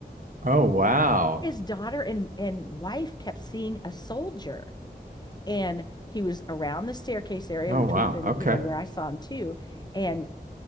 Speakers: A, on the right; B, on the left.
A: Oh wow.
B: <laughs> His daughter and and wife kept seeing a soldier and he was around the staircase area,
A: Oh
B: which
A: wow.
B: would have been,
A: Okay.
B: you know, where I saw him too. And